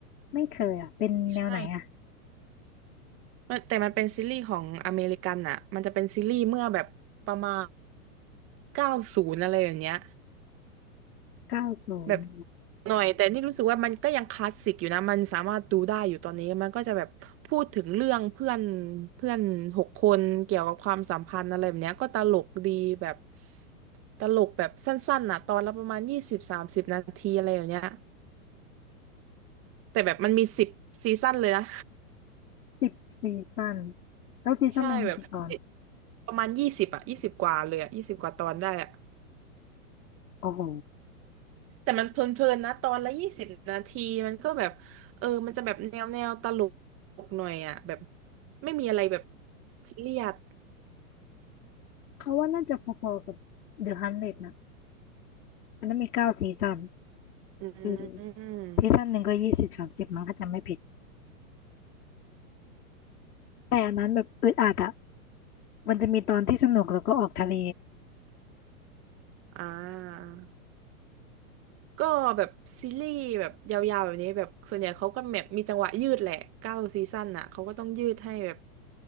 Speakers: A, on the left; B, on the right.
A: ไม่เคยอ่ะเป็นแนวไหนอ่ะ
B: ใช่ มันแต่มันเป็นซีรีส์ของอเมริกันอ่ะมันจะเป็นซีรีส์เมื่อแบบประมาณเก้าศูนย์อะไรอย่างเงี้ย
A: เก้าศูนย์
B: แบบหน่อยแต่นี่รู้สึกว่ามันก็ยังคลาสสิกอยู่นะมันสามารถดูได้อยู่ตอนนี้มันก็จะแบบพูดถึงเรื่องเพื่อนเพื่อนหกคนเกี่ยวกับความสัมพันธ์อะไรแบบเนี้ยก็ตลกดีแบบตลกแบบสั้นๆน่ะตอนละประมาณยี่สิบสามสิบนาทีอะไรอย่างเงี้ยแต่แบบมันมีสิบซีซั่นเลยนะ
A: สิบซีซั่นแล้วซีซั่นหนึ่งมีกี่ตอน
B: <laughs> ใช่แบบประมาณยี่สิบอะยี่สิบกว่าเลยอะยี่สิบกว่าตอนได้อะ
A: โอ้โห
B: แต่มันเพลินๆนะตอนละยี่สิบนาทีมันก็แบบเออมันจะแบบแนวแนวตลกหน่อยอ่ะแบบไม่มีอะไรแบบซีเรียส
A: เขาว่าน่าจะพอๆกับเดอะฮันเดนะอันนั้นมีเก้าซีซั่น
B: อืม
A: อืม ซีซั่นหนึ่งก็ยี่สิบสามสิบมั้งถ้าจำไม่ผิดแต่อันนั้นแบบอึดอัดอะมันจะมีตอนที่สนุกแล้วก็ออกทะเล
B: อ่าก็แบบซีรีส์แบบยาวๆแบบนี้แบบส่วนใหญ่เขาก็แบบมีจังหวะยืดแหละเก้าซีซั่นอ่ะเขาก็ต้องยืดให้แบบ